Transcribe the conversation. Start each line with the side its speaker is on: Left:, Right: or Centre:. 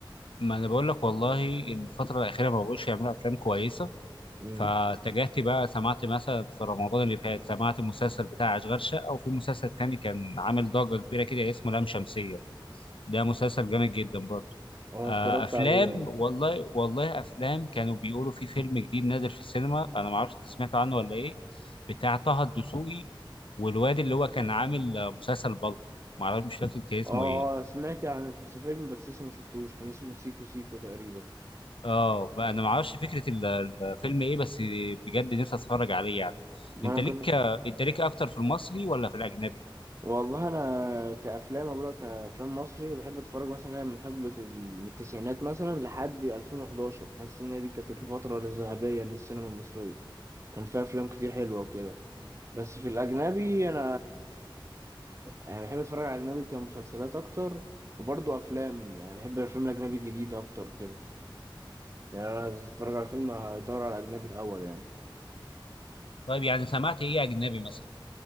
Left: ما انا بقول لك والله الفتره الاخيره ما بقوش يعملوا افلام كويسه
Right: مم.
Left: فاتجهت بقى سمعت مثلا في رمضان اللي فات سمعت المسلسل بتاع أشغال شقة وفي مسلسل تاني كان عامل ضجة كبيرة كده اسمه لام شمسية ده مسلسل جامد جدا برضه
Right: اه
Left: آه،
Right: اتفرجت
Left: أفلام
Right: عليه
Left: والله والله أفلام كانوا بيقولوا في فيلم جديد نازل في السينما أنا ما أعرفش أنت سمعت عنه ولا إيه بتاع طه الدسوقي والواد اللي هو كان عامل آه، مسلسل بلطو ما أعرف مش فاكر كان اسمه
Right: اه
Left: إيه
Right: سمعت عن في فيلم بس لسه ما شفتوش كان اسمه سيكو سيكو تقريبا
Left: اه بقى انا ما اعرفش فكره ال- الفيلم ايه بس بجد نفسي اتفرج عليه يعني
Right: ما
Left: انت
Right: انا
Left: ليك
Right: كنت
Left: انت ليك اكتر في المصري ولا في الاجنبي
Right: والله انا كافلام اقول لك كافلام مصري بحب اتفرج مثلا من حقبه ال- من التسعينات مثلا لحد 2011 حاسس ان هي دي كانت الفتره الذهبيه للسينما المصريه كان فيها افلام كتير حلوه وكده بس في الاجنبي انا يعني بحب اتفرج على الاجنبي كمسلسلات اكتر وبرضه افلام يعني بحب الافلام الاجنبي الجديده اكتر كده يعني انا عايز اتفرج على فيلم هدور على الاجنبي الاول يعني
Left: طيب يعني سمعت ايه اجنبي مثلا